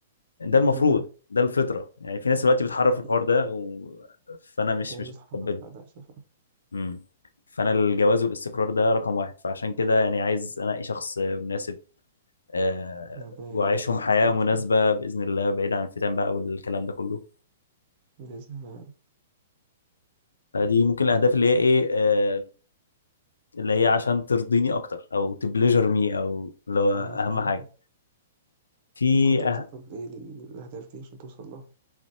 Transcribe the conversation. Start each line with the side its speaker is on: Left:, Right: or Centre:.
Left: ده
Right: أكيد
Left: المفروض
Right: أنا.
Left: ده الفطرة يعني في ناس دلوقتي بتحرف
Right: أكيد
Left: الحوار
Right: أنا.
Left: ده و... فأنا مش
Right: في ناس
Left: مش
Right: بتحقق
Left: متقبله
Right: بعد أسف آه.
Left: امم فأنا الجواز والاستقرار ده رقم واحد فعشان كده يعني عايز أنقي شخص مناسب آه
Right: ربنا
Left: وأعيشهم
Right: يرزقك
Left: حياة
Right: وتلاقي
Left: مناسبة
Right: إن شاء الله
Left: بإذن الله بعيد عن الفتن بقى والكلام ده كله
Right: بإذن الله
Left: فدي ممكن الأهداف اللي هي إيه آه اللي هي عشان ترضيني أكتر أو تبليجر مي أو اللي هو أهم
Right: أيوة فاهمك
Left: حاجة
Right: أنا.
Left: في
Right: مخططاتك
Left: أه...
Right: طب إيه لل- للأهداف دي عشان توصل لها